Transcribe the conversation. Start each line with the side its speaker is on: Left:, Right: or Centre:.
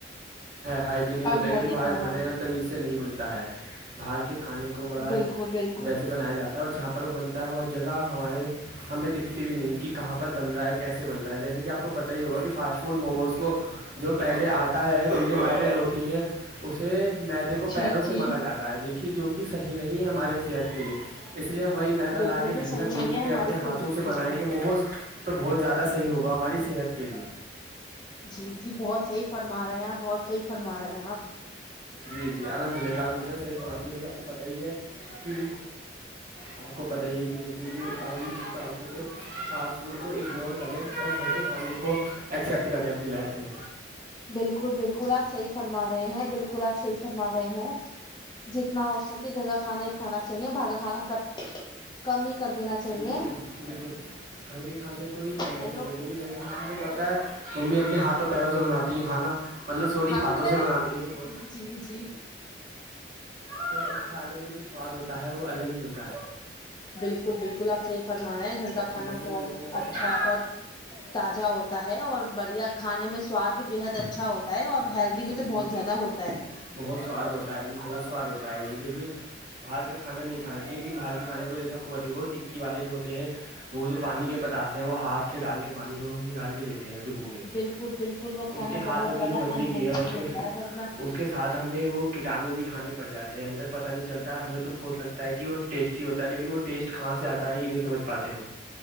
Right: ہائجینک ہوتا
Left: ان
Right: ہے
Left: ہیلدی
Right: کیکہ باہر
Left: کھانا
Right: کے کھانے کا تمیز سے نہیں بنتا ہے باہر کے کھانے کو بڑا
Left: بالکل بالکل
Right: ویسے بنایا جاتا ہے اور جہاں پر وہ بن تا ہے بہت جگہ ہمارے ہمیں دکھ بھی نہیں کہاں پر بن رہا ہے کیسے بن رہا ہے جیسے کہ آپ کو پتہ ہی ہوگا کہ فاسٹ فوڈ موموز کو جو پہلے آٹا ہے پیلیے وائرل ہوتی ہے اسے مدے کو پیروں
Left: جی
Right: سے
Left: جی
Right: ملا جاتا ہے دیکھیے جو صحیح نہیں ہے ہماراری صحت کے لیے اس لیے ہم وہی میدا لا
Left: بالکل
Right: کے
Left: بھی
Right: گھر
Left: صحیح
Right: میں گوند
Left: نہیں ہے
Right: کے
Left: ہماری
Right: اپنے ہاتھوں
Left: صحت
Right: سے
Left: کے
Right: بنائیں
Left: لیے
Right: گے موموز تو بہت زیادہ صحی ہوگا ہماری صحت کے لیے
Left: جی جی بہت صحیح فرما رہے ہیں آپ بہت صحی فرما رہے ہیں آپ
Right: جی جی الحمد للہ الحمدلہ صحیح ب کہ آپ کو پتہ ہی ہے کہ آپ کو پتہ یہ ہے کہ دیکھیے کہ آ جتنا ہو سکے فاسٹ فوڈ کو اگنور کریں اور گھر کے کھانے کو ایکسپٹ کریں اپنی لائف میں
Left: بالکل بالکل آپ صحیح فرما رہے ہیں بالکل آپ صحیح فرما رہے ہیں جتنا ہو سکے گگا کانا ہی کھانا چاہیے بھاگا کھانا کب کم ہی کر دینا چاہیے
Right: دیکھیے بالکل گھر کے کھانے کو ہی کھانا
Left: ہیلو
Right: چاہیے دیکھیے گھر کے کھانے میں کیا ہوتا ہے ممی اپنے ہاتھوں پیروں سے بناتی ہیں کھانا مطلب سوری
Left: ہاں
Right: ہاتھوں
Left: تو پہروں
Right: سے بناتی ہیں ب
Left: جی جی
Right: تو اس کھانے میں جو سواد ہوتا ہے وہ الگ ہی ہوتا ہے
Left: بالکل بالکل آپ صحیح فرما رہے ہیں گھر کا کھانا
Right: لیکن
Left: بہت
Right: جیسے کہ ہم-
Left: اچھا اور تازہ ہوتا ہے اور بڑھیا کھانے میں سواد بھی بےحد اچھا ہوتا ہے اور ہیلدی بھی تو
Right: جی
Left: بہت
Right: جی
Left: زیادہ ہوتا تا ہے
Right: بہت سواد ہوتا ہے جی بہت سواد ہوتا ہے جی دیکھیے باہر کا کھانا نہیں کانا چاہیے کی کہ باہر کے کھانے کو جیساوتی کو ٹکی والے جو ہوتے ہیں وہ جو پانی کے پتاس ہیں وہ ہاتھ سے ڈال کے پانی کو نکال کے دیتے ہیں ڈبو گ کے
Left: بالکل بالکل وہ کھانا
Right: ان کے ہاتھوں
Left: بہت زیادہ
Right: کی جو گندگی
Left: انہائجین
Right: ہے اس کے
Left: ہوتا ہے وہ اپنا
Right: اس کے سات ساتھ ہمیں وہ کٹانو بھی کھانے پڑ جاتے ہیں اندر پتہ نہیں چلتا ہے ہمیں تو بہت لگتا ہے کہ وہ ٹیسٹی ہوتا ہے لیکن وہ ٹیسٹ کہاں سے آتا ہے یہ نہیں سمجھ پاتے ہم